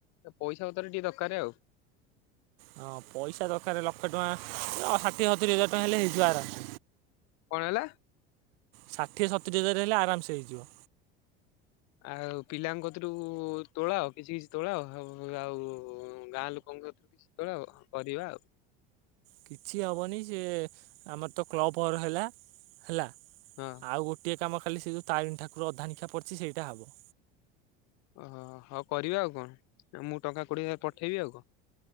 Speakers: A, on the left; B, on the right.
A: ପଇସା ବତରେ ଟିକେ ଦକାରେ ଆଉ।
B: ହଁ ପଇସା ଦରକାର ଲକ୍ଷେ ଟଙ୍କା ଆଉ ଷାଠିଏ ସତୁରି ହଜାର ଟଙ୍କା ହେଲେ ହେଇଯିବ ଆରାମସ୍।
A: କଣ ହେଲା?
B: ଷାଠିଏ ସତୁରି ହଜାର ହେଲେ ଆରାମସ୍ ହେଇଯିବ।
A: ଆଉ ପିଲାଙ୍କକତୁରୁ ତୋଳଆ କିଛି କିଛି ତୋଳ ଆ ଆଉ ଆଉ ଗାଁ ଲୋକଙ୍କ କତୁରୁ ତୋଳ କରିବା ଆଉ।
B: କିଛି ହବନି ସିଏ ଆମର ତ କ୍ଲବ ଘର ହେଲା ହେଲା।
A: ହୁଁ।
B: ଆଉ ଗୋଟିଏ କାମ ଖାଲି ସେ ଯେଉଁ ତରିଣୀ ଠାକୁର ଅଧାନିକା ପଡ଼ିଛି ସେଇଟା ହଵ।
A: ଓହୋ ହଉ କରିବା ଆଉ କଣ ମୁଁ ଟଙ୍କା କୋଡ଼ିଏ ହଜାର ପଠେଇବି ଆଉ କଣ।